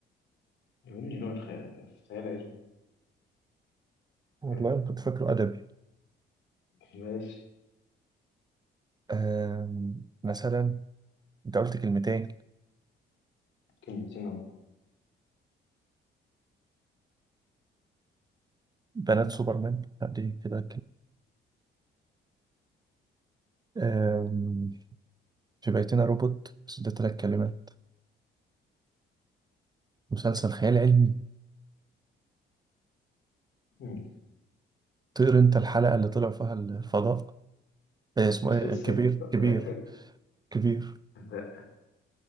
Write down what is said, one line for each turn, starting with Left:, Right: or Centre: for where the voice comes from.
Left: يهمني نوع الخ... الخيال العلمي
Right: والله
Left: آه.
Right: كنت فاكره أدبي
Left: ماشي
Right: آم، مثلا انت قلت كلمتين
Left: كلمتين أهو
Right: بنات سوبرمان لا، دي كده كلمة في بيتنا روبوت بس ده تلات كلمات مسلسل خيال علمي
Left: مم.
Right: طير انت الحلقة اللي طلع فيها الفضاء آه، اسمه
Left: مسلسل
Right: ايه كبير كبير
Left: <laughs>
Right: كبير
Left: لا